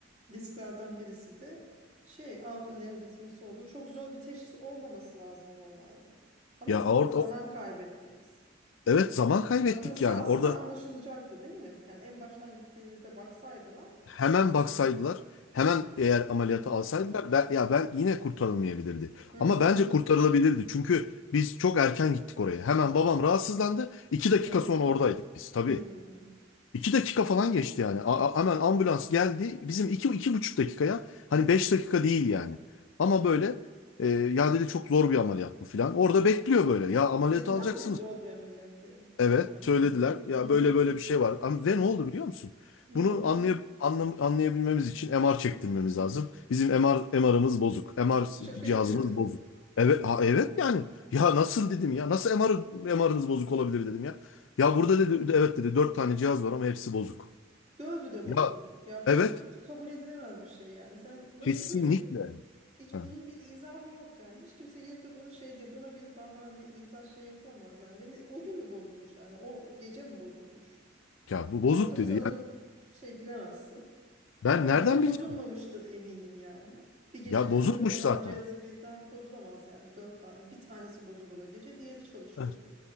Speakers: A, on the right; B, on the left.
A: Risklerden birisi de şey aort anevrizması oldu. Çok zor bir teşhis olmaması lazım normalde. Ama
B: Ya
A: siz
B: orada
A: orada zaman kaybettiniz.
B: evet zaman kaybettik
A: Bakılsa
B: yani
A: aslında
B: orada
A: anlaşılacaktı değil mi? Yani en baştan gittiğinizde baksaydılar.
B: Hemen baksaydılar, hemen eğer ameliyata
A: Hı hı.
B: alsaydılar ben, ya ben yine kurtarılmayabilirdi.
A: Hı
B: Ama
A: hı.
B: bence kurtarılabilirdi. Çünkü biz çok erken gittik oraya. Hemen babam rahatsızlandı. iki dakika
A: Öyle
B: sonra
A: mi?
B: oradaydık biz tabii.
A: Hmm.
B: İki dakika falan geçti yani. A- a- hemen ambulans geldi. Bizim iki, iki buçuk dakikaya hani beş dakika değil yani. Ama böyle e, ya dedi çok zor bir ameliyat bu filan. Orada bekliyor böyle. Ya ameliyat
A: Dediler
B: alacaksın
A: mi zor bir ameliyat diye?
B: Evet,
A: Baştan.
B: söylediler. Ya
A: Hı hı.
B: böyle böyle bir şey var. Ama ve ne oldu biliyor musun?
A: Ne
B: Bunu
A: oldu?
B: anlayıp anlam, anlayabilmemiz için MR çektirmemiz
A: Hı hı.
B: lazım. Bizim MR MR'ımız bozuk. MR
A: Şaka
B: cihazımız
A: yapıyorsun.
B: bozuk. Evet, ha, evet yani. Ya nasıl dedim ya? Nasıl MR MR'ınız bozuk olabilir dedim ya. Ya burada dedi evet dedi dört tane cihaz var ama hepsi bozuk.
A: Dördü de
B: Ya
A: bozuk. Ya bu
B: evet
A: işte kabul edilemez bir şey yani. Sen nasıl
B: kesinlikle.
A: böyle bir... Hiç
B: Ha,
A: bunun bir izahı yok yani. Hiç kimse gelip de bunu şey diye buna bir bahane, izah şey yapılamaz yani. Ve ne- o gün mü bozulmuş yani? O gece mi bozulmuş?
B: Ya bu bozuk
A: Ama tabii
B: dedi.
A: sen onu
B: Yani
A: şey bilemezsin.
B: ben
A: Ama o
B: nereden
A: gece bozulmamıştır
B: bileceğim?
A: eminim yani. Bir gecede
B: Ya bozukmuş
A: dört MR
B: zaten.
A: cihazı birden bozulamaz yani dört tane. Bir tanesi bozulur o gece, diğeri çalışıyordur.
B: Heh,